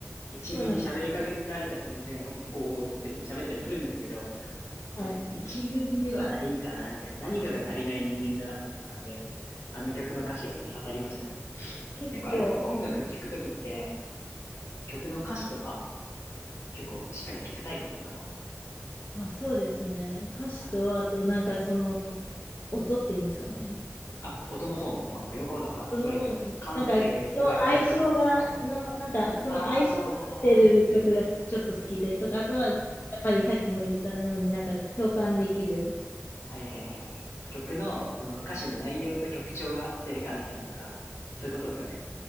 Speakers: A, on the left; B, on the left.
A: 一軍に喋りかけられたら全然、
B: そうなんですね。
A: おおーつって喋ったりするんですけど、
B: はい。
A: でもで一軍ではないかな、みたいな。何かが足りない人間だなと思ってたんで、あの曲の歌詞をね、刺さりましたね。
B: 結構、
A: 結構あれですか、音楽聴くときって、曲の歌詞とか結構しっかり聴くタイプですか
B: あ、そうですね。歌詞と、
A: あ、
B: あと、なんかその、
A: はいはい。
B: 音っていうんですかね。
A: あ、音の方も、あ、もう両方だ。わ、
B: 音の、
A: すごい、だ感性がすごいある人だ。
B: なんか、の相性が、
A: <laughs>
B: の、なんか、その相性が合ってる曲がちょっと好きでとか、
A: あー、
B: あとは、
A: こう、
B: やっぱりさっきも言ったように、
A: はいはいはい。
B: なんか共感できる
A: はいはいはいはい。曲の、
B: 曲。
A: その歌詞の内容と曲調が合ってるかみたいなとか、そういうことですかね。